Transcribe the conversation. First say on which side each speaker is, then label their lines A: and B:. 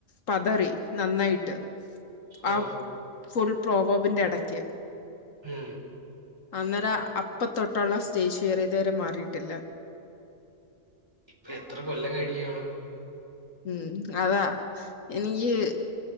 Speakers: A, on the left; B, on the right.
A: പതറി നന്നായിട്ട്
B: ഓ
A: ആഹ് ഫുൾ പ്രോവോബിന്റെ ഇടയ്ക്ക്
B: ഉം
A: അന്നേരം അപ്പത്തൊട്ടുള്ള സ്റ്റേജ് ഫിയറിയതുവരെ മാറിയിട്ടില്ല.
B: ഇപ്പൊ എത്ര കൊല്ലം കഴിഞ്ഞുകാണും?
A: ഉം അതാ, എനിക്ക്,